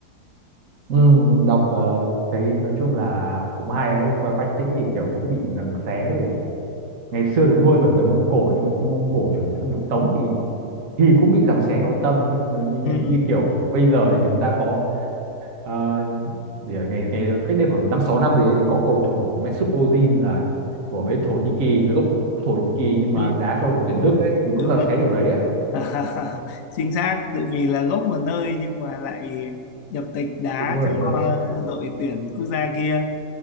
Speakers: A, on the right; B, on the left.
A: ừ, mình đọc ờ, thấy nói chung là cũng hay ấy Qua Quách Tĩnh thì kiểu cũng bị giằng xé về ngày xưa được nuôi bởi người Mông Cổ nhưng mà khi Mông Cổ chuẩn bị xâm lược Tống thì thì cũng bị giằng xé nội tâm ấy. nó như nhẹ
B: ừ.
A: như kiểu bây giờ thì chúng ta có ờ, Vì là ngày ngày cách đây khoảng 5 6 năm gì đấy thì có cầu thủ Mesut Ozil là của bên Thổ Nhĩ Kỳ, người gốc Thổ Nhĩ Kỳ nhưng mà
B: Ừ.
A: đá cho đội tuyển Đức ấy thì cũng
B: đúng
A: giằng
B: rồi
A: xé kiểu đấy ấy,
B: <laughs> chính xác tự vì là gốc một nơi nhưng mà lại nhập tịch đá
A: được nuôi
B: cho
A: ở một nơi.
B: đội tuyển quốc gia kia